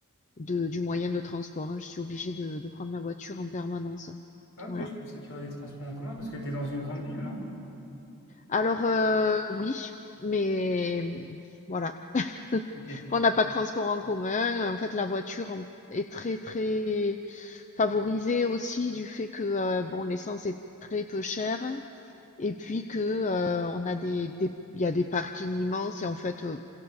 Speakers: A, on the left; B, on the left.
A: de du moyen de transport, hein. Je suis obligée de, de prendre la voiture en permanence.
B: Ah, ok,
A: Voilà.
B: je pensais qu'il y aurait des transports en commun parce que t'es dans une grande ville, non?
A: Alors, heu, oui, mais voilà. <laughs>
B: OK.
A: On n'a pas de transport en commun. En fait, la voiture en- est très, très favorisée aussi du fait que, euh, bon, l'essence est très peu chère. Et puis que, euh, on a des, des- il y a des parkings immenses et en fait, euh,